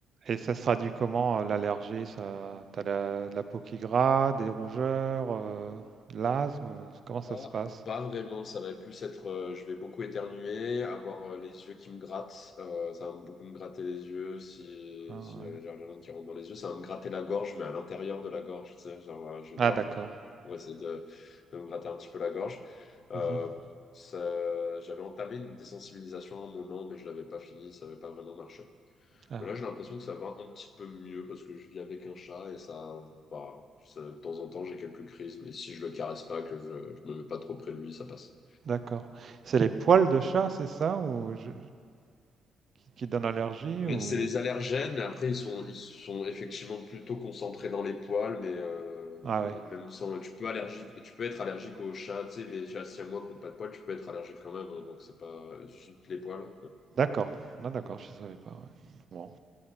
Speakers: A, on the right; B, on the left.
A: Et ça se traduit comment euh, l'allergie, ça? T'as la- de la peau qui gratte, des rougeurs, euh, de l'asthme? euh, Comment ça
B: Pas,
A: se passe?
B: pas vraiment, ça va plus être, euh, je vais beaucoup éternuer, avoir euh, les yeux qui me grattent, euh, ça va beaucoup me gratter les yeux, si,
A: Ah,
B: si j'ai
A: ouais.
B: rien qui rentre dans les yeux, ça va me gratter la gorge, mais à l'intérieur de la gorge, tu sais, genre, euh, je vais
A: Ah,
B: devoir
A: d'accord.
B: faire, pour essayer de, de me gratter un petit peu la gorge.
A: Mhm.
B: Euh, ça- j'avais entamé une désensibilisation à un moment, mais je l'avais pas fini, ça n'avait pas vraiment marché.
A: Ah,
B: Mais là, j'ai l'impression que ça va un petit peu mieux parce que je vis avec un chat et ça va. Ça- de temps en temps, j'ai quelques crises, mais si je le caresse pas, que je, je me mets pas trop près de lui, ça passe.
A: d'accord. C'est les poils de chat, c'est ça, ou je- qui donnent allergie
B: Mais
A: ou...
B: C'est les allergènes, mais après, ils sont, ils sont effectivement plutôt concentrés dans les poils, mais, euh,
A: Ah ouais.
B: mais même sans. Tu peux, allergique, tu peux être allergique aux chats, tu sais, les chats siamois qui n'ont pas de poils, tu peux être allergique quand même, hein, donc c'est pas juste les poils.
A: D'accord. Ah, d'accord, je savais pas. ouais. Bon.